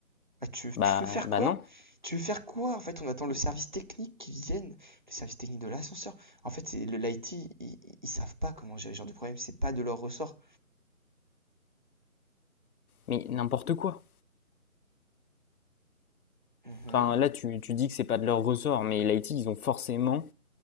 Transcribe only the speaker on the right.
Ah, tu, veux-
tu veux faire
quoi?
Tu veux faire quoi? En fait, on attend le service technique qui vienne, le service technique de l'ascenseur. En fait, c'est le l'IT, ils, ils savent pas comment gérer ce genre de problème, c'est pas de leur ressort.
Mhm,